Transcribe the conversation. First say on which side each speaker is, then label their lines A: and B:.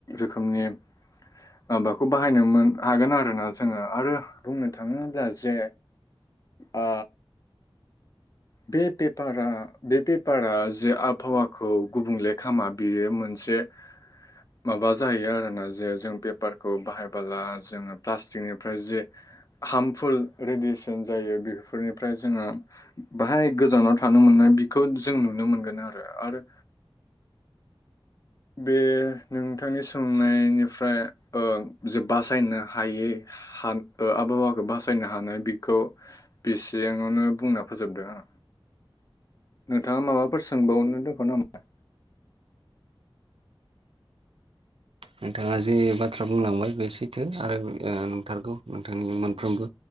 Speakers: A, on the left; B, on the right.
A: खोमनि माबाखौ बाहायनो मोन हागोन आरोना जोङो आरो बुंनो थाङोब्ला जे ओ बे पेपारा बे पेपारा जे आबहावाखौ गुबुंले खामा बेयो मोनसे माबाज जायो आरोना जे जों पेपारखौ बाहायबोला जोङो प्लास्टिकनिफ्राय जे हार्मफुल रेडियेसन जायो बेफोरनिफ्राय जोङो बाहाय गोजानाव थानो मोननाय बेखौ जों नुनो मोनगोन आरो आरो बे नोंथांनि सोंनायनिफ्राय ओ जे बासायनो हायै हा आबहावाखौ बासायनो हानो बेखौ बेसेयांआवनो बुंना फोजोबदों आं। नोंथाङा माबाफोर सोंबावनो दोंबाव नामा?
B: नोंथाङा जे बाथ्रा बुंलांबाय बे सैथो आरो ओ नोंथारगौ नोंथांनि मोनफ्रोमबो